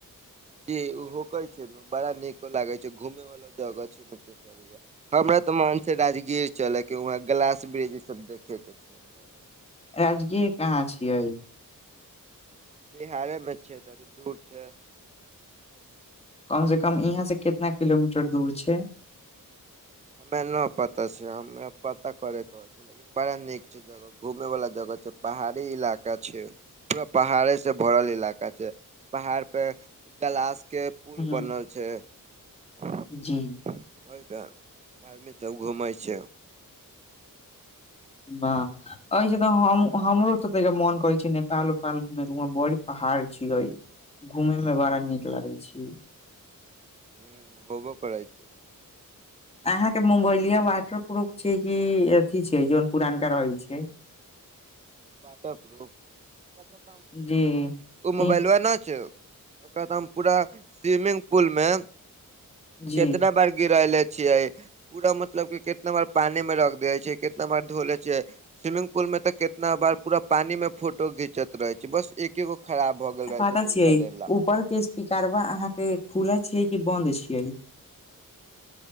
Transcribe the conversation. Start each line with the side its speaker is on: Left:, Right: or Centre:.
Right: जी उहोकै छै ने बड़ा नीको लागे छै घूमे वला जगह छै न केस। हमरा तऽ मन छै राजगीर चलै के उहाँ ग्लास बृज इ सब देखे के छै। हमरा मन
Left: राजगीर कहाँ छियै?
Right: बिहारे में छै थोड़े दूर छै।
Left: कम से कम इहाँ से कितना किलोमीटर दूर छै।
Right: हमे न पता छै, हमरा पता करे के छै, लेकिन बड़ा नीक छै जगह। घूमे वला जगह छै पहाड़ी इलाका छै। पूरा पहाड़े से भरल इलाका छै, पहाड़ पे गलाश के। पुल
Left: ह
Right: बनल छै। <unintelligible>
Left: जी। <unintelligible>
Right: ओहिपे आदमी सब घुमै छै। <unintelligible>
Left: बाह। <unintelligible> एहि से तऽ हम हमरो तऽ तै के मोन करै छै नेपाल उपाल घूमेके उम्हर बड़ी पहाड़ छियै। <unintelligible> घूमे में बड़ा नीक लागै छी। <unintelligible>
Right: हूँ होबो करै छै। <unintelligible>
Left: अहाँ के मोबइलिया वाटर प्रूफ छै कि अथी छै जौन पुरानका रहै छै।
Right: वाटरप्रूफ
Left: जी
Right: ओ मोबाइबा
Left: ई
Right: नहि छो। <unintelligible> ओकरा तऽ हम पूरा स्विमिंग पुल मे
Left: जी
Right: कितना बार गिरैले छियै। <unintelligible> पूरा मतलब कि कितना बार पानिमे रख देबै छियै कितना बार धो लै छियै। <unintelligible> स्विमिंग पुल मेंऽ कितना बार पूरा पानी में फोटो घिंचत रहै छै बस एकेगो खराब। <unintelligible>
Left: पता
Right: छै तैका
Left: छियै
Right: देर ला
Left: ऊपर के स्पीकरबा अहाँ के खुलल छीयै कि बन्द छीयै। <unintelligible>